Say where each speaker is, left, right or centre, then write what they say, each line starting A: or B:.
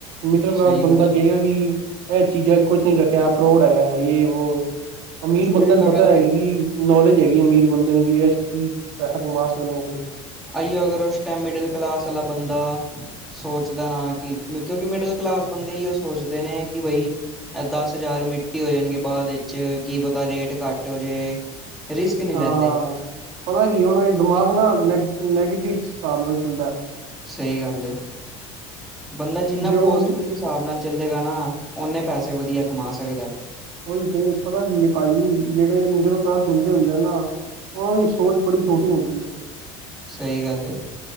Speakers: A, on the right; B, in the centre.
A: ਮਿਡਲ ਕਲਾਸ
B: ਸਹੀ
A: ਬੰਦਾ
B: ਗੱਲ
A: ਕਹੇਗਾ
B: ਏ
A: ਕਿ ਇਹ ਚੀਜ਼ਾਂ ਕੁਛ ਨੀ ਰੱਖਿਆ ਫਰੋਡ ਹੈਗਾ ਏ ਵੋ ਅਮੀਰ ਬੰਧੇ
B: ਉਹੀਓ
A: ਨੂੰ
B: ਤਾਂ
A: ਪਤਾ
B: ਗੱਲ
A: ਹੈਗਾ
B: ਏ
A: ਕਿ ਨੌਲੇਜ ਹੈਗੀ ਅਮੀਰ ਬੰਦੇ ਨੂੰ ਕਿ ਇਸ ਚੀਜ਼ ਚ ਪੈਸਾ ਕਮਾ ਸਕਦੇ ਆ ਕੋਈ।
B: ਅਈਓ ਅਗਰ ਉਸ ਟਾਈਮ ਮਿਡਲ ਕਲਾਸ ਵਾਲਾ ਬੰਦਾ ਸੋਚਦਾ ਨਾ ਕਿ ਕਿਉਂਕਿ ਮਿਡਲ ਕਲਾਸ ਬੰਦੇ ਹੀ ਉਹ ਸੋਚਦੇ ਨੇ ਕਿ ਬਈ ਇਹ ਦਸ ਹਜ਼ਾਰ ਮਿੱਟੀ ਹੋ ਜਾਣਗੇ ਬਾਅਦ ਵਿੱਚ ਕੀ ਪਤਾ ਰੇਟ ਘੱਟ ਹੋ ਜੇ। ਰਿਸਕ ਨਹੀਂ
A: ਹਾਂ
B: ਲੈਂਦੇ
A: ਪਤਾ ਕੀ ਉਹਣਾ ਦਿਮਾਗ ਨਾ ਨੈ ਨੈਗੇਟਿਵ ਹਿਸਾਬ ਨਾਲ ਚੱਲਦਾ।
B: ਸਹੀ ਗੱਲ ਏ ਬੰਦਾ ਜਿੰਨਾ
A: ਜੇ ਉਹ
B: ਪੋਜ਼ਟਿਵ
A: ਵਧੀ
B: ਹਿਸਾਬ ਨਾਲ ਚੱਲੇਗਾ ਨਾ ਓਨੇ ਪੈਸੇ ਵਧੀਆ ਕਮਾ ਸਕਦਾ ਏ।
A: ਉਹੀ ਤੇ ਪਤਾ ਕੀ ਏ ਭਾਜੀ ਜਿਹੜੇ ਮਿਡਲ ਕਲਾਸ ਬੰਦੇ ਹੁੰਦੇ ਨਾ ਉਹਨਾਂ ਦੀ ਸੋਚ ਬੜੀ ਛੋਟੀ ਹੁੰਦੀ ਹੈ।
B: ਸਹੀ ਗੱਲ ਏ।